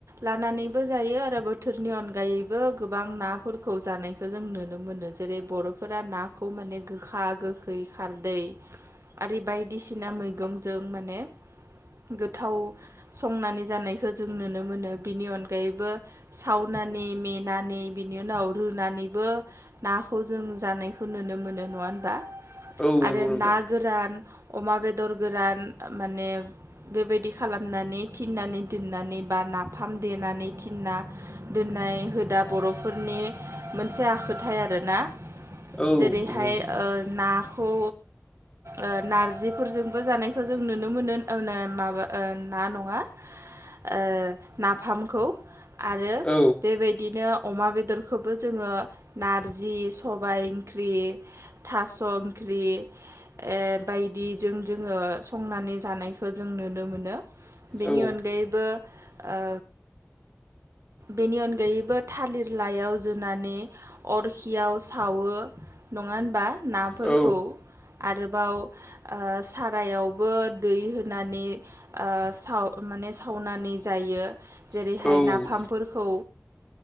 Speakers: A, on the right; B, on the left.
A: लानानैबो जायो आरो बोथोरनि अनगायैबो गोबां नाफोरखौ जानायखौ जों नुनो मोनो जेरै बर'फोरा नाखौ माने गोखा गोखै खारदै आरो बायदिसिना मैगंजों माने गोथाव संनानै जानायखौ जों नुनो मोनो बेनि अनगायैबो साउन् नानै मेनानै बिनि उनाव रुनानैबो नाखौ जों जानायखौ नुनो मोनो नङा होनबा
B: औ
A: आरो
B: नंगौ नोंथां
A: ना गोरान अमा बेदर गोरान माने बेबायदि खालामनानै थिन्नानै दोननानै बा नाफाम देनानै थिन्ना दोननानै नाय हुदा बर'फोरनि मोनसे आखो थाय आरोना
B: औ
A: जेरैहाय
B: नंगौ नोंथां
A: ओ नाखौ ओ नारजिफोरजोंबो जानायखौ जों नुनो मोनो अ ना माबा ना नङा ओ नाफामखौ आरो
B: औ
A: बेबायदिनो अमा बेदरखौबो जोङो नारजि सबाय ओंख्रि थास' ओंख्रि ओ बायदि बिजों जोङो संनानै जानायखौ जों नुनो मोनो बेनि
B: औ
A: अनगायैबो ओ बेनि अनगायैबो थालिर लायाव जुनानै अरखियाव सावो नङा होनबा? नाफोरखौ
B: औ
A: आरोबाव ओ सारायावबो दै होनानै ओ साव माने सावनानै जायो जेरैहाय
B: औ
A: नाफामफोरखौ